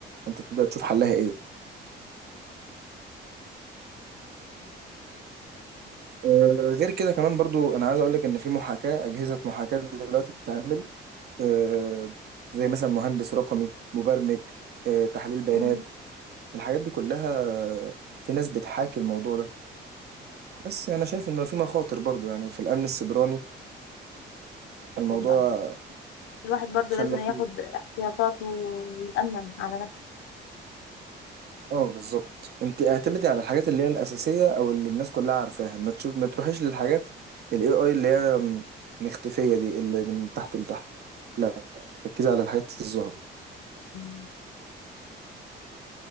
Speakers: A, on the right; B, on the left.
A: انت تبدأ تشوف حلها ايه آه، غير كده كمان برضو انا عايز اقول لك ان في محاكاه اجهزه محاكاه دلوقتي بتتعمل آه، زي مثلا مهندس رقمي مبرمج آه، تحليل بيانات
B: مم.
A: الحاجات دي كلها آه، في ناس بتحاكي الموضوع ده بس انا شايف انه في مخاطر برضو يعني في الامن السيبراني الموضوع
B: والله الواحد برضو
A: خلى
B: لازم ياخد
A: فيه
B: احتياطاته ويأمن على
A: اه بالظبط انت اعتمدي على الحاجات اللي هي الاساسيه او اللي الناس كلها عارفاها ما تشوف ما تروحيش للحاجات الاي اي اللي هي مختفيه دي اللي من تحت لتحت لا ركزي على الحاجات الظاهره
B: نفسه